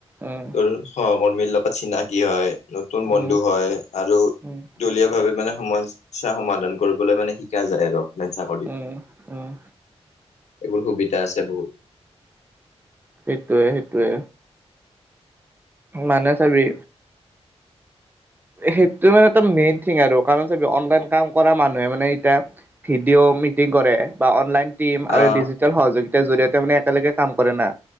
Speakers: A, on the right; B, on the left.
A: উম
B: তোৰ সহকৰ্মীৰ লগত চনাকি হয়। নতুন বন্ধু
A: উম
B: হয়, আৰু
A: উম
B: দলীয়া ভাৱে মানে সমস সমস্যা সমাধান কৰিবলৈ মানে শিকা যায় আৰু অফলাইন চাকৰি।
A: উম উম',
B: এইবোৰ সুবিধা আছে বহুত।
A: সেইটোয়ে সেইটোৱে। মানে চাবি সেইটো মানে মেইন থিং আৰু কাৰণ চাবি, অনলাইন কাম কৰা মানুহে মানে এতিয়া ভিডিঅ' মিটিং কৰে বা অনলাইন টীম
B: অ',
A: আৰু ডিজিটেল সহযোগিতা জৰিয়তে মানে একেলগে কাম কৰে না।